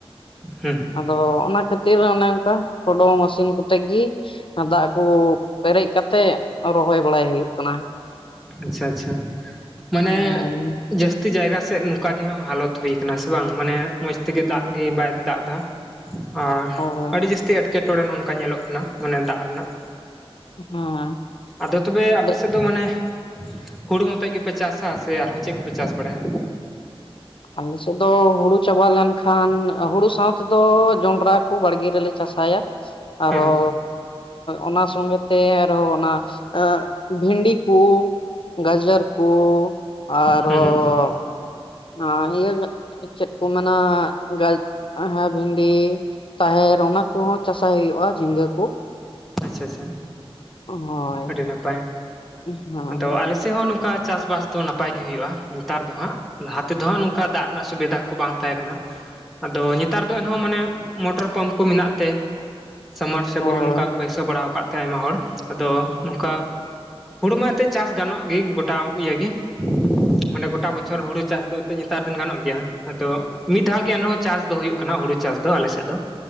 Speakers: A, in the centre; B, on the left.
A: ᱦᱩᱸ ᱦᱩᱸ
B: ᱟᱫᱚ ᱚᱱᱟ ᱠᱷᱟᱹᱛᱤᱨ ᱚᱱᱮ ᱚᱱᱠᱟ ᱴᱳᱰᱳ ᱢᱮᱥᱤᱱ ᱠᱚ ᱛᱮᱜᱤ ᱫᱟᱜ ᱠᱚ ᱯᱮᱨᱮᱡ ᱠᱟᱛᱮᱜ ᱨᱚᱦᱚᱭ ᱵᱟᱲᱟᱭ ᱦᱩᱭᱩᱜ ᱠᱟᱱᱟ᱾
A: ᱟᱪᱪᱷᱟ ᱟᱪᱪᱷᱟ ᱢᱟᱱᱮ
B: ᱦᱳᱭ
A: ᱡᱟᱹᱥ ᱛᱤ ᱡᱟᱭᱜᱟ ᱥᱮᱫ ᱱᱚᱝᱠᱟ ᱜᱮ ᱦᱟᱸᱜ ᱦᱟᱞᱚᱛ ᱦᱩᱭ ᱠᱟᱱᱟ ᱥᱮ ᱵᱟᱝ ᱢᱟᱱᱮ ᱢᱚᱸᱡᱽ ᱛᱮᱜᱮ ᱫᱟᱜ ᱜᱮ ᱵᱟᱭ ᱫᱟᱜ ᱫᱟ, ᱟᱨ
B: ᱦᱳᱭ
A: ᱟᱹᱰᱤ ᱡᱟᱹᱥᱛᱤ ᱮᱸᱴᱠᱮᱴᱚᱬᱮ ᱚᱱᱠᱟ ᱧᱮᱞᱚᱜ ᱠᱟᱱᱟ ᱢᱟᱱᱮ ᱫᱟᱜ ᱨᱮᱱᱟᱜ᱾
B: ᱦᱮᱸ
A: ᱟᱫᱚ ᱛᱚᱵᱮ
B: ᱟᱹᱰᱤ
A: ᱟᱯᱮ ᱥᱮᱫ ᱫᱚ ᱢᱟᱱᱮ ᱦᱩᱲᱩ ᱢᱚᱛᱚᱡ ᱜᱮᱯᱮ ᱪᱟᱥᱟ ᱥᱮ ᱟᱨᱦᱚᱸ ᱪᱮᱫ ᱠᱚᱯᱮ ᱪᱟᱥ ᱵᱟᱲᱟᱭᱟ?
B: ᱟᱞᱮ ᱥᱮᱫ ᱫᱚ ᱦᱩᱲᱩ ᱪᱟᱵᱟ ᱞᱮᱱᱠᱷᱟᱱ ᱦᱩᱲᱩ ᱥᱟᱶ ᱛᱮᱫᱚ ᱡᱚᱸᱰᱨᱟ ᱠᱚ ᱵᱟᱲᱜᱮ ᱨᱮᱞᱮ ᱪᱟᱥᱟᱭᱟ᱾ ᱟᱨᱦᱚ
A: ᱦᱮᱸ
B: ᱚᱱᱟ ᱥᱚᱸᱜᱮᱛᱮ ᱟᱨᱦᱚ ᱚᱱᱟ ᱵᱷᱤᱱᱰᱤ ᱠᱚ ᱜᱟᱡᱚᱨ ᱠᱚ ᱟᱨᱦᱚᱸ
A: ᱦᱩᱸ ᱦᱩᱸ
B: ᱦ ᱤᱭᱟᱹ ᱪᱮᱫ ᱠᱚ ᱢᱮᱱᱟᱜ ᱵᱷᱤᱱᱰᱤ ᱛᱟᱦᱮᱨ ᱚᱱᱟ ᱠᱚᱦᱚᱸ ᱪᱟᱥᱟᱭ ᱦᱩᱭᱩᱜᱼᱟ ᱡᱷᱤᱸᱜᱟᱹ ᱠᱚ
A: ᱟᱪᱪᱷᱟ ᱟᱪᱪᱷᱟ
B: ᱦᱳᱭ
A: ᱟᱹᱰᱤ ᱱᱟᱯᱟᱭ
B: ᱦᱮᱸ
A: ᱟᱫᱚ ᱟᱞᱮ ᱥᱮᱫ ᱥᱮ ᱦᱚᱸ ᱱᱚᱝᱠᱟ ᱪᱟᱥ ᱵᱟᱥ ᱫᱚ ᱱᱟᱯᱟᱭ ᱜᱮ ᱦᱩᱭᱩᱜᱼᱟ ᱱᱮᱛᱟᱨ ᱫᱚ ᱦᱟᱸᱜ ᱞᱟᱦᱟ ᱛᱮᱫᱚ ᱦᱟᱸᱜ ᱱᱚᱝᱠᱟ ᱫᱟᱜ ᱨᱮᱱᱟᱜ ᱥᱩᱵᱤᱫᱷᱟ ᱠᱚ ᱵᱟᱝ ᱛᱟᱦᱮᱸ ᱠᱟᱱᱟ ᱟᱫᱚ ᱱᱮᱛᱟᱨ ᱫᱚ ᱮᱱᱦᱚᱸ ᱢᱟᱱᱮ ᱢᱚᱴᱚᱨ ᱯᱟᱢᱯ ᱠᱚ ᱢᱮᱱᱟᱜ ᱛᱮ ᱥᱚᱢᱟᱴ ᱥᱮᱵᱩᱞ
B: ᱦᱳᱭ
A: ᱱᱚᱝᱠᱟ ᱠᱚ ᱵᱟᱹᱭᱥᱟᱹᱣ ᱵᱟᱲᱟᱣ ᱠᱟᱜ ᱛᱮ ᱟᱭᱢᱟ ᱦᱚᱲ ᱟᱫᱚ ᱱᱚᱝᱠᱟ ᱦᱳᱲᱩ ᱢᱟ ᱮᱱᱛᱮᱫ ᱪᱟᱥ ᱜᱟᱱᱚᱜ ᱜᱮ ᱜᱚᱴᱟ ᱤᱭᱮ ᱜᱮ ᱢᱟᱱᱮ ᱜᱚᱴᱟ ᱵᱚᱪᱷᱚᱨ ᱦᱩᱲᱩ ᱪᱟᱥ ᱫᱚ ᱮᱱᱮᱫ ᱱᱮᱛᱟᱨ ᱫᱤᱱ ᱜᱟᱱᱚᱜ ᱜᱮᱭᱟ ᱟᱫᱚ ᱢᱤᱫ ᱫᱷᱟᱣ ᱜᱮ ᱟᱨᱦᱚᱸ ᱪᱟᱥ ᱫᱚ ᱦᱩᱭᱩᱜᱭᱴ ᱠᱟᱱᱟ ᱦᱩᱲᱩ ᱪᱟᱥ ᱫᱚ ᱟᱞᱮᱥᱮᱫ ᱫᱚ